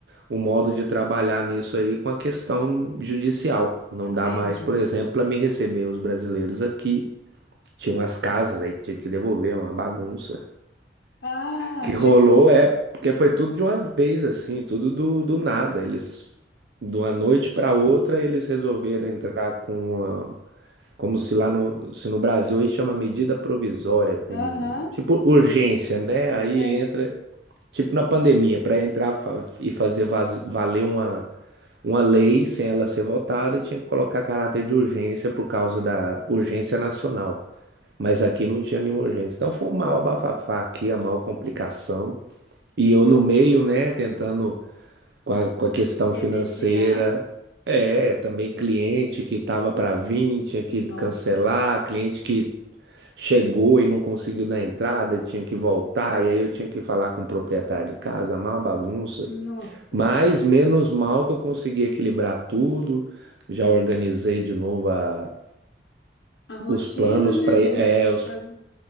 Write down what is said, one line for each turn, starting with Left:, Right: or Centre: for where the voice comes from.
Right: o modo de trabalhar nisso aí com a questão judicial. Não
Left: entendi.
Right: dá mais, por exemplo, para me receber os brasileiros aqui. Tinha umas casas aí, tive que devolver uma bagunça
Left: Ah,
Right: que rolou
Left: tipo,
Right: é porque foi tudo de uma vez, assim, tudo do, do nada. Eles, de uma noite para outra, eles resolveram entrar com uma, como se lá no, se no Brasil aí chama medida provisória, com
Left: aham,
Right: tipo urgência, né?
Left: urgência.
Right: Aí entra, tipo na pandemia, para entrar fa- e fazer vaz- valer uma, uma lei sem ela ser votada, tinha que colocar caráter de urgência por causa da urgência nacional. Mas aqui não tinha nenhuma urgência. Então foi um maior bafafá aqui, a maior complicação. E eu no meio, né, tentando com a, com a questão
Left: Remediar.
Right: financeira. É, também cliente que estava para vir, tinha que
Left: No.
Right: cancelar, cliente que chegou e não conseguiu dar entrada, tinha que voltar, e aí eu tinha que falar com o proprietário de casa, uma bagunça.
Left: Nossa
Right: Mas
Left: Senhora.
Right: menos mal que eu consegui equilibrar tudo, já organizei de novo a-
Left: A rotina,
Right: os planos
Left: né?
Right: para é,
Left: o- As
Right: os,
Left: coisas.